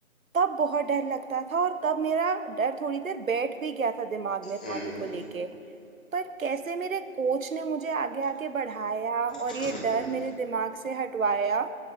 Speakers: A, on the right (about 70°); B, in the centre.
A: तब बहुत डर लगता था और तब मेरा डर थोड़ी देर बैठ भी गया था दिमाग में
B: हम्म
A: पानी को लेके पर कैसे मेरे कोच ने मुझे आगे आगे बढ़ाया और
B: हम्म
A: ये डर
B: हम्म
A: मेरे दिमाग से हटवाया